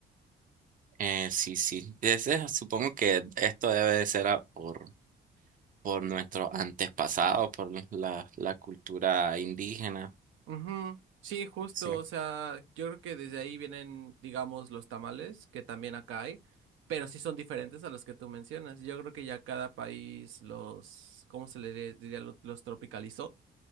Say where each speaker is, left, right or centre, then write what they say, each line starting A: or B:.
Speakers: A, on the right; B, on the right.
A: Eh, sí, sí. Ese, supongo que esto debe de ser a- por, por nuestro antepasado, por la, la cultura indígena.
B: Ujú. Sí, justo,
A: Sí.
B: o sea, yo creo que desde ahí vienen, digamos, los tamales, que también acá hay, pero sí son diferentes a los que tú mencionas. Yo creo que ya cada país los, ¿cómo se le diría? Los, los tropicalizó